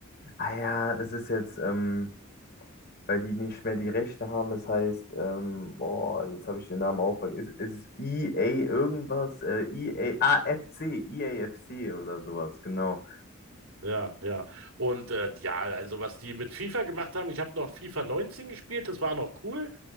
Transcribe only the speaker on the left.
ah ja, es ist jetzt ähm, weil die nicht mehr die Rechte haben. Es heißt, ähm, boah, jetzt habe ich den Namen aufgefangen. Ist, ist E a irgendwas? Äh, EA, ah, f c E A F C oder sowas, genau.